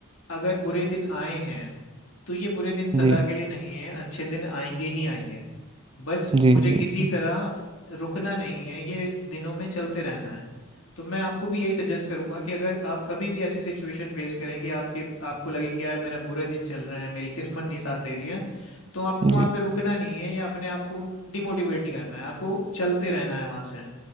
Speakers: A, on the left; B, on the right.
A: अगर बुरे दिन आए हैं तो ये बुरे दिन सदा
B: जी
A: के लिए नहीं है अच्छे दिन आएंगे ही आएंगे बस
B: जी
A: मुझे किसी
B: जी जी
A: तरह रुकना नहीं है ये दिनों में चलते रहना है तो मैं आपको भी यही सजेस्ट करूंगा कि अगर आप कभी भी ऐसी सिचुएशन फेस करें कि आपके आपको लगे कि यार मेरा बुरे दिन चल रहे हैं मेरी किस्मत नहीं साथ दे रही है तो आपको वहाँ
B: जी
A: पे रुकना नहीं है या अपने आप को डिमोटिवेट नहीं करना है आपको चलते रहना है वहाँ से